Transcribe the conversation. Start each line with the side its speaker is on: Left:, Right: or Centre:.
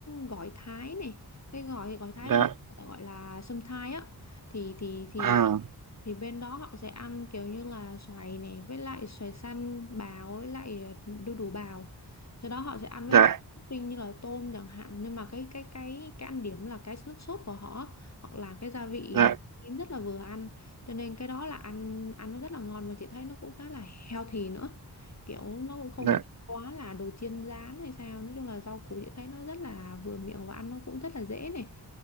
Left: gỏi Thái này cái gỏi gỏi Thái
Right: dạ
Left: bên người ta gọi là sâm Thái á thì thì thì
Right: à
Left: thì bên đó họ sẽ ăn kiểu như là xoài này với lại xoài xanh bào với lại ờ, đu đủ bào sau đó họ sẽ ăn với
Right: dạ
Left: những topping như là tôm chẳng hạn nhưng mà cái cái cái cái ăn điểm là cái nước sốt của họ họ làm cái gia vị
Right: dạ
Left: họ kiếm rất là vừa ăn cho nên cái đó là ăn ăn nó rất là ngon mà chị thấy nó cũng khá là healthy nữa kiểu nó cũng không
Right: dạ
Left: quá là đồ chiên rán hay sao nói chung là rau củ chị thấy nó rất là vừa miệng và ăn nó cũng rất là dễ này